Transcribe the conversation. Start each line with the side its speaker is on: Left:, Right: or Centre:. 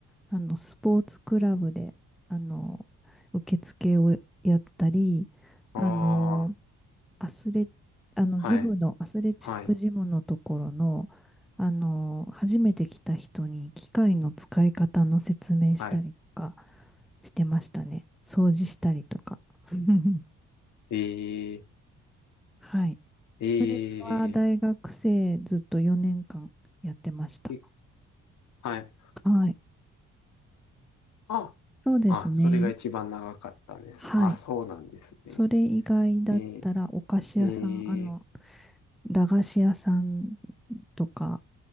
Centre: あの、スポーツクラブで、あの、受付をやったり、
Left: あ
Centre: あの、
Left: あ、
Centre: アスレ、あの、
Left: はい、
Centre: ジムの、アスレチックジムのところの、
Left: はい、
Centre: あの、初めて来た人に機械の使い方の説明したりとか
Left: はい。
Centre: してましたね。掃除したりとか。<laughs>
Left: えー
Centre: はい。
Left: ええ
Centre: それは大学生ずっと4年間やってました。
Left: えはい。
Centre: はい。
Left: あ、
Centre: そうですね。
Left: あ、それが一番長かったんですね。
Centre: はい。
Left: あ、そうなんですね。
Centre: それ以外だったらお菓子屋さん、
Left: ええええ
Centre: あの、駄菓子屋さんとか、